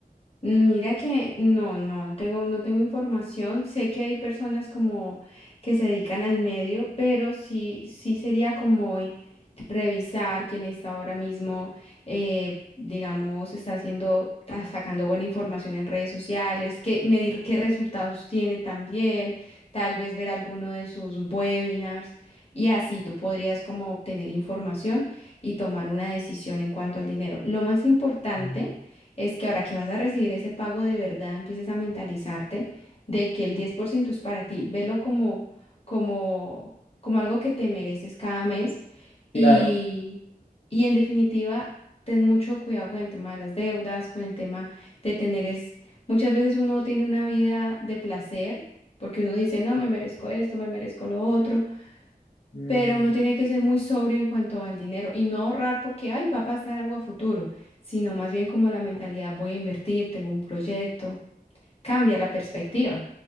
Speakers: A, on the left; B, on the left.
A: Mira que no, no tengo, no tengo información. Sé que hay personas como que se dedican al medio, pero sí, sí sería como i- revisar quién está ahora mismo, eh, digamos, está haciendo, está sacando buena información en redes sociales, que medir qué resultados tiene también, tal vez ver alguno de sus webinars y así tú podrías como obtener información y tomar una decisión en cuanto al dinero. Lo más importante
B: Mm,
A: es que ahora que vas a recibir ese pago de verdad, empieces a mentalizarte de que el 10% es para ti. Velo como, como, como algo que te mereces cada mes
B: Claro.
A: y, y en definitiva, ten mucho cuidado con el tema de las deudas, con el tema de tener es, muchas veces uno tiene una vida de placer porque uno dice, no, me merezco esto, me merezco lo otro,
B: Mm,
A: pero uno tiene que ser muy sobrio en cuanto al dinero y no ahorrar porque, ay, va a pasar algo a futuro, sino más bien como la mentalidad, voy a invertir, tengo un proyecto, cambia la perspectiva.